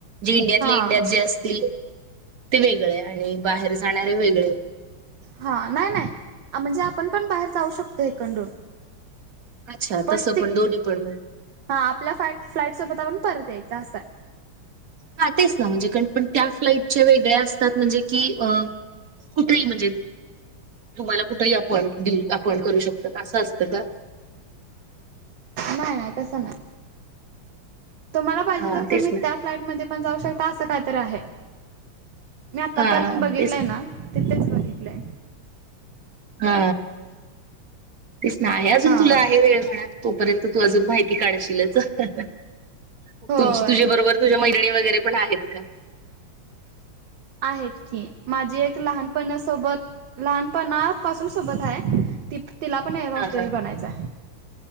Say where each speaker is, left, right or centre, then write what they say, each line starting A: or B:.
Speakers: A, on the right; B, on the right.
A: जे इंडियातले
B: हां
A: इंडियात जे असतील ते वेगळे आणि बाहेर जाणारे वेगळे
B: हां नाही नाही म्हणजे आपण पण बाहेर जाऊ शकतो एकंडून
A: अच्छा
B: पण
A: तसं
B: त
A: दोन्ही पण मिळून
B: हा आपल्या फ् फ्लाईट सोबत आपण परत यायच असं आहे
A: हा तेच ना म्हणजेण पण त्या फ्लाईट वेगळे असतात म्हणजे की अ कुठेही म्हणजे तुम्हाला कुठेही आपऊ आप करू शकतो का असं असतं का
B: नाही नाही तसं नाही तुम्हाला पाहिजे
A: हा
B: तर तुम्ही
A: तेच ना
B: त्या फ्लाईट मध्ये पण जाऊ शकता असं कायतरी आहे मी आतापर्यंत
A: हा
B: बघितलंय
A: तेच
B: ना तिथेच बघितलंय
A: हा तेच ना आहे अजून
B: हा.
A: तुला आहे वेळ मिळा तोपर्यंत तू अजून माहिती काढशीलच तुम
B: होय
A: तुझ्या बरोबर तुझ्या मैत्रिणी वगैरे पण आहेत का
B: आहेत की माझी एक लहानपणासोबत लहानपणापासून सोबत आहे ती तिला पण हॉस्टेल
A: हा हा
B: बनायचंय